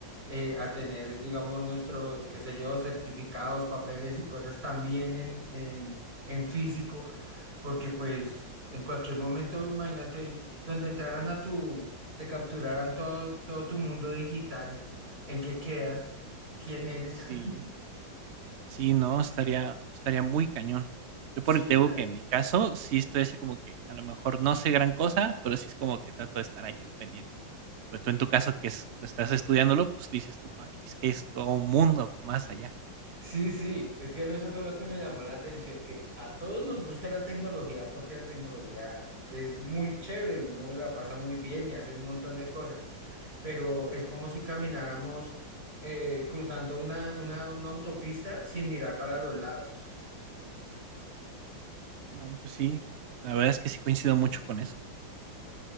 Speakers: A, on the right (about 30°); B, on the right (about 60°).
A: eh, a tener, digamos, nuestros, qué sé yo, certificados, papeles y cosas también en, en, en físico, porque pues en cualquier momento, imagínate, donde entraran a tu, te capturaran todo, todo tu mundo digital en qué quedas, quién eres.
B: Sí,
A: <laughs>
B: sí, no, estaría, estaría muy cañón. Yo
A: Sí,
B: por el tengo
A: claro.
B: que en mi caso sí estoy así como que a lo mejor no sé gran cosa, pero sí es como que trato de estar ahí al pendiente. Pero tú en tu caso que es- estás estudiándolo, pues dices tú, ay, es que es todo un mundo más allá.
A: Sí, sí, es que a mí eso fue lo que me llamó la atención, que a todos nos gusta la tecnología porque la tecnología es muy chévere, uno la pasa muy bien y hace un montón de cosas, pero es como si camináramos eh, cruzando una, una, una autopista sin mirar para los lados.
B: No, pues sí, la verdad es que sí coincido mucho con eso.